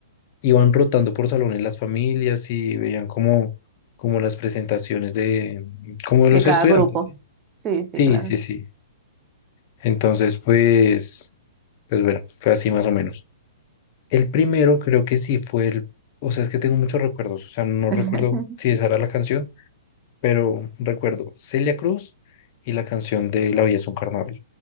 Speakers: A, on the left; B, on the right.
A: iban rotando por salones las familias y veían como, como las presentaciones de, como de los
B: De cada
A: estudiantes,
B: grupo.
A: ¿sí?
B: Sí, sí,
A: Sí,
B: claro.
A: sí, sí. Entonces, pues, pues bueno, fue así más o menos. El primero creo que sí fue el, o sea, es que tengo muchos recuerdos, o sea, no
B: <laughs>
A: recuerdo si esa era la canción, pero recuerdo Celia Cruz y la canción de La vida es un carnaval.